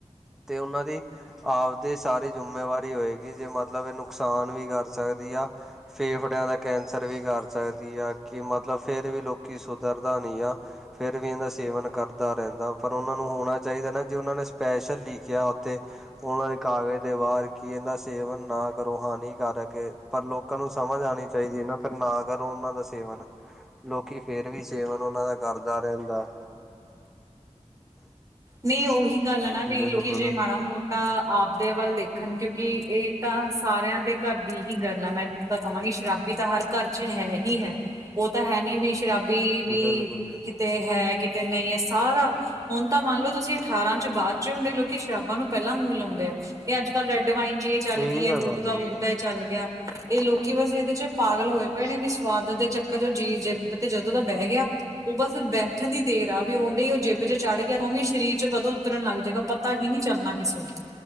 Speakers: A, in the centre; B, on the right.
A: ਤੇ ਉਹਨਾਂ ਦੀ, ਆਬਦੀ ਸਾਰੀ ਜਿੰਮੇਵਾਰੀ ਹੋਏਗੀ ਜੇ ਮਤਲਬ ਇਹ ਨੁਕਸਾਨ ਵੀ ਕਰ ਸਕਦੀ ਆ। ਫੇਫੜਿਆਂ ਦਾ ਕੈਂਸਰ ਵੀ ਕਰ ਸਕਦੀ ਆ ਕਿ ਮਤਲਬ ਫਿਰ ਵੀ ਲੋਕੀ ਸੁਧਰਦਾ ਨੀ ਗਾ। ਫਿਰ ਵੀ ਇਹਦਾ ਸੇਵਨ ਕਰਦਾ ਰਹਿੰਦਾ ਪਰ ਉਹਨਾਂ ਨੂੰ ਹੋਣਾ ਚਾਹੀਦਾ ਨਾ ਜੇ ਉਹਨਾਂ ਨੇ ਸਪੈਸ਼ਲ ਲਿਖਿਆ ਉੱਥੇ ਉਹਨਾਂ ਦੇ ਕਾਗਜ਼ ਦੇ ਬਾਰ ਕੀ ਇਹ ਦਾ ਸੇਵਨ ਨਾ ਕਰੋ ਹਾਨੀਕਾਰਕ ਕੇ ਪਰ ਲੋਕਾਂ ਨੂੰ ਸਮਝ ਆਣੀ ਚਾਹੀਦੀ ਆ, ਨਾ ਫਿਰ ਨਾ ਕਰੋ ਉਹਨਾਂ ਦਾ ਸੇਵਨ। ਲੋਕੀ ਫਿਰ ਵੀ ਸੇਵਨ ਉਹਨਾਂ ਦਾ ਕਰਦਾ ਰਹਿੰਦਾ।
B: ਨਈਂ, ਉਹੀ ਗੱਲ ਐ ਨਾ ਵੀ
A: ਬਿਲਕੁਲ
B: ਲੋਕੀ ਜੇ ਮਾੜਾ ਮੋਟ ਤਾਂ ਆਪਦੇ ਵੱਲ ਦੇਖਣ ਕਿਉਂਕਿ ਇਹ ਤਾਂ ਸਾਰਿਆਂ ਦੇ ਘਰ ਦੀ ਹੀ ਗੱਲ ਐ ਮੈਂ ਤਾਂ ਕਵਾਂਗੀ, ਸ਼ਰਾਬੀ ਤਾਂ ਹਰ ਘਰ ਚ ਹੈਗੀ ਹੈ ਉਹ ਤਾਂ ਹੈ ਨੀ ਵੀ ਸ਼ਰਾਬੀ ਵੀ,
A: ਬਿਲਕੁਲ ਜੀ
B: ਕਿਤੇ ਹੈ ਕਿਤੇ ਨਹੀਂ ਇਹ ਸਾਰਾ ਹੁਣ ਤਾਂ ਮੰਨ ਲਓ ਤੁਸੀਂ ਅਠਾਰਾਂ ਚ ਬਾਦ ਚ ਆਉਂਦੇ ਆ ਲੋਕੀ ਸ਼ਰਾਬਾਂ ਨੂੰ ਪਹਿਲਾਂ ਮੂੰਹ ਲਾਉਂਦੇ ਆ, ਇਹ ਅੱਜ ਕੱਲ੍ਹ ਰੈਡ ਵਾਈਨ ਜੀ। ਚੱਲ
A: ਇਹੀ
B: ਗਈ
A: ਤਾਂ
B: ਮੋਦਕੀ
A: ਗੱਲ ਹੈ ਜੀ
B: ਮੋਦਕਾ ਈ ਚੱਲ ਗਿਆ। ਇਹ ਲੋਕੀ ਬਸ ਇਹਦੇ 'ਚ ਪਾਗਲ ਹੋਏ ਪਏ ਨੇ ਵੀ ਸਵਾਦ ਦੇ ਚੱਕਰ 'ਚ ਜੀ ਤੇ ਜਦੋਂ ਦਾ ਬਹਿ ਗਿਆ। ਉਹ ਬਸ ਬੈਠਣ ਦੀ ਦੇਰ ਆ ਵੀ ਉਹਦੇ ਈ ਉਹ ਜਿੱਬ 'ਚ ਚੜ੍ਹ ਗਿਆ। ਕਿਉਂਕਿ ਸਰੀਰ 'ਚ ਕਦੋਂ ਉਤਰਨ ਲੱਗ ਜਾਏਗਾ ਪਤਾ ਹੀ ਨੀ ਚੱਲਣਾ ਕਿਸੇ ਨੂੰ